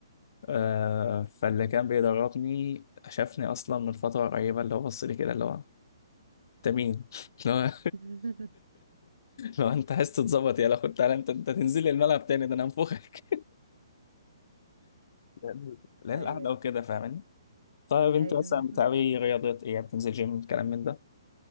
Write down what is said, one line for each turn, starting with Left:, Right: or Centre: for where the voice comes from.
Left: آه
Right: اوكي
Left: فاللي كان بيدربني شافني اصلا من فتره قريبه اللي هو بص لي كده اللي هو انت مين؟ <laughs> لو
Right: <laughs>
Left: لو انت عايز تتظبط يلا خد تعالى انت انت تنزل لي الملعب تاني ده انا هنفخك لا لا
Right: ايوه
Left: القعده وكده فاهماني؟ طيب انت
Right: ايوه
Left: مثلا بتعملي رياضات ايه؟ يعني بتنزل جيم الكلام من ده؟